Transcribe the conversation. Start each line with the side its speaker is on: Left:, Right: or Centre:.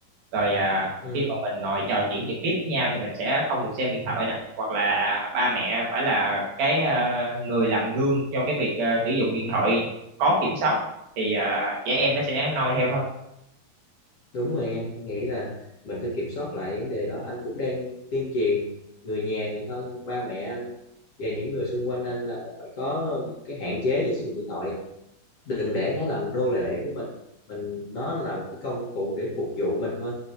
Right: rồi à,
Left: ừ
Right: khi mà mình ngồi trò chuyện trực tiếp với nhau thì mình sẽ không được xem điện thoại nè hoặc là ba mẹ phải là cái ờ, người làm gương cho cái việc ờ, sử dụng điện thoại có kiểm soát thì ờ, trẻ em nó sẽ noi theo thôi
Left: đúng rồi em Anh nghĩ là mình phải kiểm soát lại vấn đề đó anh cũng đang tuyên truyền người nhà người thân ba mẹ anh và những người xung quanh anh là phải có một cái hạn chế về sử dụng điện thoại đừng để nó làm nô lệ của mình mình nó là một cái công cụ để phục vụ mình thôi